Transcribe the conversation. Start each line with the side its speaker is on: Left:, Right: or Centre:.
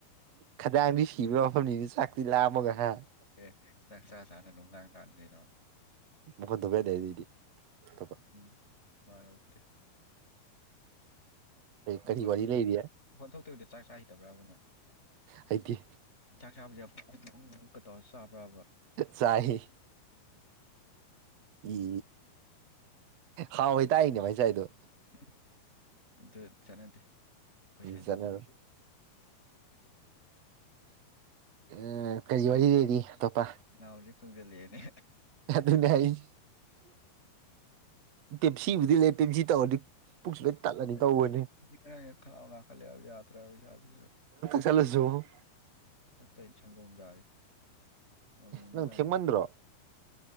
Right: ꯈꯈꯤꯗꯥꯡꯗꯤ ꯁꯤꯕ ꯃꯐꯝꯅꯤꯅ ꯆꯥꯛꯇꯤ ꯂꯥꯑꯝꯃꯒ ꯍꯥꯏ
Left: ꯑꯦ ꯆꯥꯛ ꯆꯥ ꯆꯥꯅ ꯅꯨꯡ ꯉꯥꯡ ꯇꯥꯃꯤ ꯀꯩꯅꯣ
Right: ꯃ ꯕꯗꯦꯗꯤ ꯄ
Left: ꯎꯝ ꯃꯥ ꯂꯧꯗꯦ ꯃꯈꯣꯟ
Right: ꯀꯔꯤ ꯋꯥꯔꯤ
Left: ꯊꯣꯛꯇꯣꯏꯗ
Right: ꯂꯩꯔꯤ
Left: ꯃꯈꯣꯟꯜ ꯊꯣꯛꯇꯕꯤꯗꯣ ꯆꯥꯛ ꯆꯥ ꯍꯩꯇꯕ꯭ꯔꯥꯕꯅ
Right: ꯍꯥꯏꯗꯤ
Left: ꯏ ꯆꯥꯛ ꯁꯥꯥꯕꯖ ꯑꯟꯏꯟꯇꯦꯜꯂꯤꯖꯦꯕꯜ
Right: ꯆꯥꯏ ꯏ ꯍꯥꯎ ꯍꯣꯏ ꯇꯥꯛꯏꯅꯦ ꯃꯥꯏꯁꯥꯏꯗꯣ
Left: ꯎꯝ ꯑꯗꯨ ꯆꯠꯅꯗꯦ ꯑꯩꯈꯣꯏ ꯁ꯭ꯋꯥꯏꯗ
Right: ꯖꯅꯔꯣꯜ
Left: ꯆꯠꯅꯗꯦ
Right: ꯎ ꯀꯔꯤ
Left: ꯑꯦ
Right: ꯋꯥꯔꯤ ꯂꯩꯔꯤ ꯑꯇꯣꯞꯄ
Left: ꯈꯅꯥꯎꯁꯦ ꯀꯪꯖꯜꯂꯛꯑꯦꯅꯦ
Right: ꯑꯗꯨꯅꯦ ꯍꯥꯏꯁ ꯄꯦꯞꯁꯤꯕꯨꯗꯤ ꯂꯩ ꯄꯦꯞꯖꯤ ꯇꯧꯔꯗꯤ ꯄꯨꯛꯁꯨ ꯂꯣꯏ ꯇꯠꯂꯅꯤ
Left: ꯑꯩ
Right: ꯇꯧꯕꯅꯤ
Left: ꯊꯔꯥꯎ ꯅꯥꯈꯠꯂꯦꯕ ꯌꯥꯗ꯭ꯔꯦꯕ ꯏꯁꯥꯁꯤꯁꯨ
Right: ꯆꯂꯁꯨꯨ
Left: ꯇꯛꯇꯣꯏꯅ ꯁꯪꯒꯣꯝ ꯌꯥꯥꯔꯤ ꯁꯪꯒꯣꯝ ꯌꯦꯡꯕ
Right: ꯅꯪ ꯊꯦꯡꯃꯟꯗ꯭ꯔꯣ
Left: ꯉꯥꯏꯅꯤ